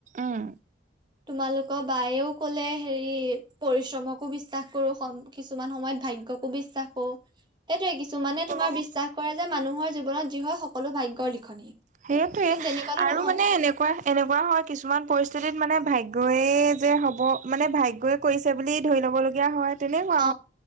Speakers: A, on the right; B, on the right.
A: উম
B: তোমালোকৰ বায়েও কলে হেৰি পৰিশ্ৰমকো বিশ্বাস কৰো কিছুমান সময়ত ভাগ্য বিশ্বাস কৰো সেইটোয়ে কিছুমানে তোমাৰ
A: অ
B: বিশ্বাস কৰে যে মানুহৰ জীৱনত যি হয় সকলো ভাগ্যয়ৰ লিখনি কিন্তু
A: সেইটোৱে
B: তেনেকুৱাতো
A: আৰু
B: নহয়
A: মানে এনেকুৱা এনেকুৱা হয় কিছুমান পৰিস্থিতিত মানে ভাগ্যই যে হ'ব মানে ভাগ্যই কৰিছে বুলি ধৰি ল'ব লগীয়া হয় তেনেকুৱা
B: অ